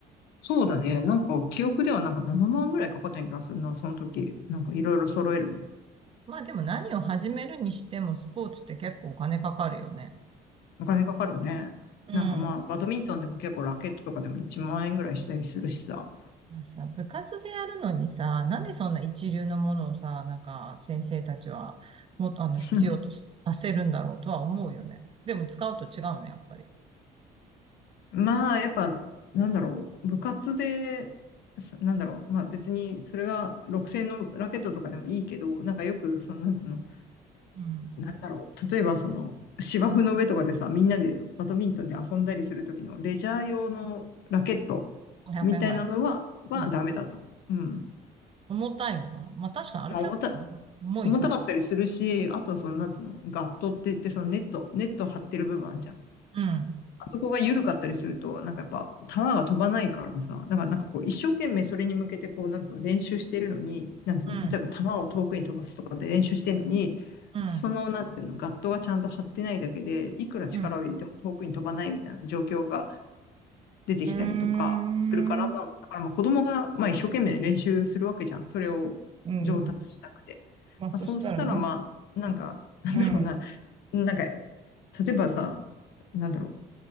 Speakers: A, on the left; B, on the right.
A: そうだね。なんか、記憶ではなんか7万ぐらいかかったような気がするな、その時。なんかいろいろ揃えるのに。
B: まあでも何を始めるにしてもスポーツって結構お金かかるよね。
A: お金かかるね。
B: うん。
A: なんかまあ、バドミントンでも結構ラケットとかでも1万円ぐらいしたりするしさ。
B: まあさ、部活でやるのにさ、なんでそんな一流のものをさ、なんか先生たちはもっとあの必要とさせるんだろうとは思うよね。
A: <laughs>
B: でも使うと違うね、やっぱり。
A: まあ、やっぱ、なんだろう、部活で、すなんだろう、まあ別にそれが6000のラケットとかでもいいけど、なんかよく、その、なんつうの、
B: うん。
A: なんだろう。例えばその芝生の上とかでさ、みんなでバドミントンで遊んだりするときのレジャー用のラケット
B: 500円ぐらいのやつ。
A: みたいなのは、はダメだと思う。
B: うん。
A: うん。
B: 重たいのかなまあ確かにあれ結構重いよね。
A: まあ重た、重たかったりするし、あとその、なんつうの、ガットって言ってそのネット、ネット張ってる部分あんじゃん。
B: うん、
A: そこが緩かったりすると、なんかやっぱ、球が飛ばないからさ、だからなんかこう、一生懸命それに向けてこう、なんつうの、練習してるのに、なんつうの、
B: うん、
A: 例えば球を遠くに飛ばすとかで練習してるのに、
B: うん、
A: その、なんていうの、ガットがちゃんと張ってないだけで、いくら力を入れても遠くに飛ばないみたいな状況が
B: うん。
A: 出てきたりとかするから、
B: うんうーん。
A: まあ、だからまあ子供が、まあ一生懸命練習するわけじゃん。それを上達したくて。
B: うん。まあそしたらね。
A: まあそうしたらまあ、なんか、なんだろうな、
B: うん、うん、
A: なんか、例えばさ、なんだろ